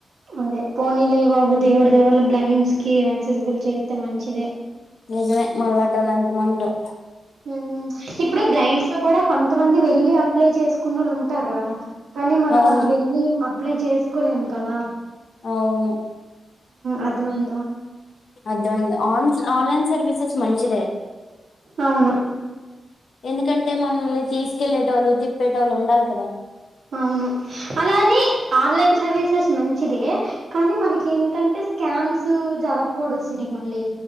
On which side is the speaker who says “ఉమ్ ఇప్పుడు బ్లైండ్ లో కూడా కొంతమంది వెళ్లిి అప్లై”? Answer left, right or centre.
Right